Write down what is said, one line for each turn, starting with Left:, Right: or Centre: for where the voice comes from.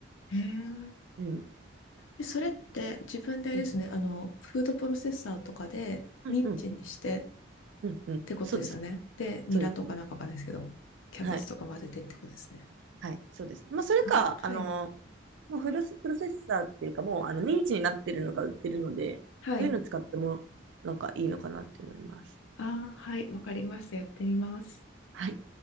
Left: へえ。
Right: うん。
Left: で、それって自分であれですね、
Right: うん。
Left: あの、フードプロセッサーとかでミンチにしてっ
Right: うん。うん。うん。うんそうです。
Left: てことですよね。で、ニラとかなんかわかんないですけども、
Right: そうです。そうです
Left: キャベツとか混ぜてってことですね。
Right: はい。はい。そうです。まあそれか、
Left: あ、はい。
Right: あのもうフルス、プロセッサーっていうか、もうあのミンチになってるのが売ってるので、
Left: はい。
Right: そういうの使ってもなんかいいのかなって思います。
Left: あー、はい。わかりました。やってみます。
Right: はい。